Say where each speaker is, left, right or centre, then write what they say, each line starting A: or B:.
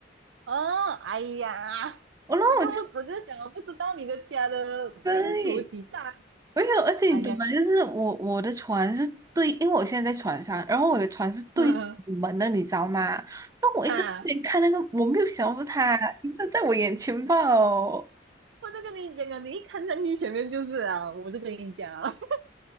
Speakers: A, on the right; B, on the right.
A: 哦，哎呀，
B: 我然后我就
A: 我就我就讲我不知道你的家的那个厨几大，
B: 对，没有，而且你懂吗？
A: 哎呀，太，
B: 就是我我的床是对，因为我现在在床上，然后我的床是对着门的，
A: <laughs> 呵
B: 你知道吗？那我一直在那边看那个，
A: 哈，
B: 我没有想到是他，一直在我眼前吧哦
A: 我就跟你讲啊，你一看上去前面就是啊，我就跟你讲啊，